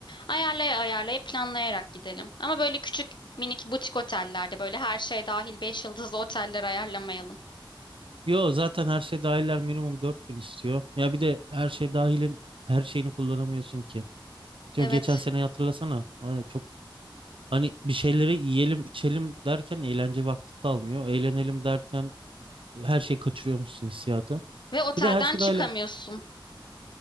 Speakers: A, on the left; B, on the right.
A: Ayarlaya ayarlaya planlayarak gidelim. Ama böyle küçük minik butik otellerde böyle her şey dahil 5 yıldızlı oteller ayarlamayalım.
B: Yo zaten her şey dahiller minimum 4 gün istiyor. Ya bir de her şey dahilin her şeyini kullanamıyorsun ki. Şimdi
A: Evet.
B: geçen sene hatırlasana. Ay, çok Hani bir şeyleri yiyelim, içelim derken eğlence vakti kalmıyor. Eğlenelim derken her şeyi kaçırıyormuşsun hissiyatı.
A: Ve otelden
B: Bir de her şey
A: çıkamıyorsun.
B: dahil